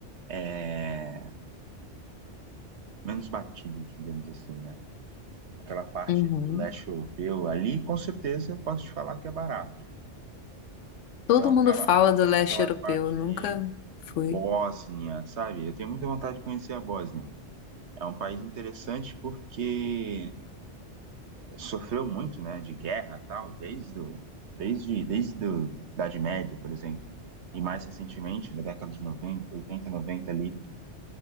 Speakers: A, on the right (about 70°); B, on the left (about 85°).
A: é, menos batidos, digamos assim, né? Aquela parte
B: Uhum.
A: ali do leste europeu, ali com certeza eu posso te falar que é barato.
B: Todo
A: Então aquela
B: mundo fala do leste
A: aquela
B: europeu,
A: parte
B: eu nunca
A: ali
B: fui.
A: Bósnia, sabe? Eu tenho muita vontade de conhecer a Bósnia. É um país interessante porque sofreu muito, né, de guerra, e tal, desde o, desde desde do, da Idade Média, por exemplo. E mais recentemente, da década de 90 80 90 ali,